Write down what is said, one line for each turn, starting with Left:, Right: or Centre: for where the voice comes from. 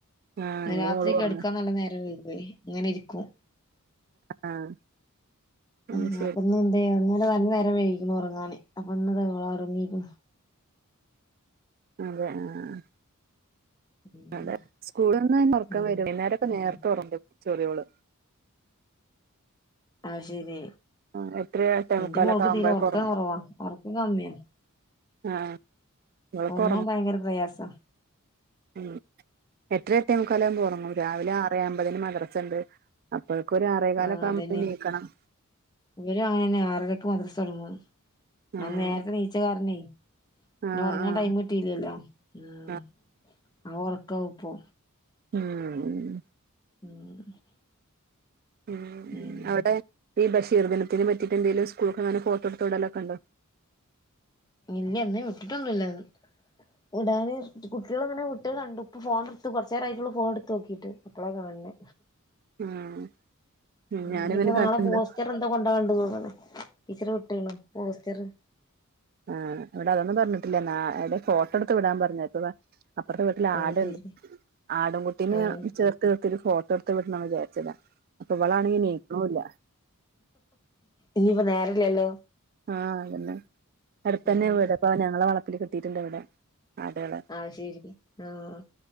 Right: ആഹ്
Left: ഇന്ന്
Right: എന്റെ
Left: രാത്രി
Right: മോള്
Left: കിടക്കാൻ
Right: ഒറങ്ങാ
Left: നല്ല നേരം വൈകുവേ ഇങ്ങനെ ഇരിക്കും.
Right: ആഹ്
Left: ആ
Right: ഉം ശരി
Left: അപ്പൊന്ന് എന്ത അങ്ങനെ വ നേരംവയിക്കിണു ഉറങ്ങാനെ അപ്പൊ ഇന്ന് താ ഉറങ്ങിക്ക്ണ
Right: അതെ ആഹ്
Left: ഉം
Right: അതെ സ്കൂളിന്ന് ഉറക്കം
Left: ഉം
Right: വരും, വൈകുന്നേരൊക്കെ
Left: ഉം
Right: നേരത്തെ ഉറങ്ങും ചെറിയോള്.
Left: അത് ശരി
Right: ആ എട്ടര എട്ടേമുക്കാലൊക്കെ
Left: ഇന്റെ മോൾക്ക്
Right: ആവുമ്പോഴൊക്കെ
Left: തീരെ ഉറക്കം
Right: ഒറങ്ങും
Left: കുറവാ ഉറക്കം കമ്മിയാ.
Right: ആഹ് ഇവളൊക്കെ
Left: ഉറങ്ങാൻ ഭയങ്കര പ്രയാസം.
Right: ഉം, എട്ടര എട്ടേമുക്കാൽ ആവുമ്പോൾ ഉറങ്ങും രാവിലെ ആറ്. ഏഴേ അമ്പതിന് മദ്രസയുണ്ട്, അപ്പോഴേക്ക് ഒരു ആറേകാലൊക്കെ
Left: ആഹ്
Right: ആകുമ്പത്തേന്
Left: അതന്നെ
Right: എണീക്കണം.
Left: ഇവരും അങ്ങനെെ ആറരക്ക് മദ്രസ തൊടങ്ങും
Right: ആഹ്
Left: അ നേരത്തെ നീച്ച കാരനേ പിന്നെ
Right: ആഹ്
Left: ഉറങ്ങാൻ
Right: ആഹ്
Left: ടൈം കിട്ടില്ലല്ലോ ഉം.
Right: ആഹ്
Left: ആഹ് ഉറക്കവാ ഇപ്പോ.
Right: ഉം
Left: ഉം
Right: ഉം
Left: പിന്നെ
Right: അവിടെ ഈ ബഷീർ ദിനത്തിന് പറ്റിയിട്ട് എന്തേലും സ്കൂളിക്ക് അങ്ങനെ ഫോട്ടോ എടുത്ത് വിടലൊക്കെ ഉണ്ടോ?
Left: ഇല്ല ഇന്ന് വിട്ടിട്ട് ഒന്നുമില്ല അത്, വിടാന് കുട്ടികൾ അങ്ങനെ വിട്ട് ക ഇപ്പൊ ഫോണ് എടുത്ത് കൊറച്ച് നേരവായിട്ടുള്ളൂ ഫോൺ എടുത്തു നോക്കിയിട്ട്, അപ്പളാ കാണുന്ന.
Right: ആഹ് ഞാൻ
Left: ഇനിയിപ്പോ
Right: ഇവനെ
Left: നാളെ
Right: കാണിക്കുന്നില്ല.
Left: പോസ്റ്റർ എന്തോ കൊണ്ടോവാൻ ഉണ്ടെന്ന് തോന്നണേ, ടീച്ചർ വീട്ടുകാണും പോസ്റ്ററ്.
Right: ആഹ് ഇവിടെ അതൊന്നും പറഞ്ഞിട്ടില്ല, എന്നാ എവിടെ ഫോട്ടോ എടുത്ത് വിടാൻ പറഞ്ഞേക്കുവാ. അപ്പുറത്തെ വീട്ടിൽ
Left: ആഹ്
Right: ആടുണ്ട്,
Left: ശരി
Right: ആടും കുട്ടിനെ
Left: ആഹ്
Right: ചേർത്ത് നിർ ത്തി ഒരു ഫോട്ടോ എടുത്ത് വിട്ടണം വിചരിച്ചതാ, അപ്പൊ ഇവൾ ആണെങ്കിൽ എണീക്കണ് ഇല്ല.
Left: ഇനിപ്പം നേരം ഇല്ലല്ലോ?
Right: ആഹ് അതെന്നെ അടുത്ത് തന്നെ
Left: ഉം
Right: വീട്, അപ്പോ അവന് ഞങ്ങടെ വളപ്പില് കെട്ടിട്ടുണ്ട് ഇവിടെ. ആടുകളെ
Left: ആഹ് ശരി ആഹ്.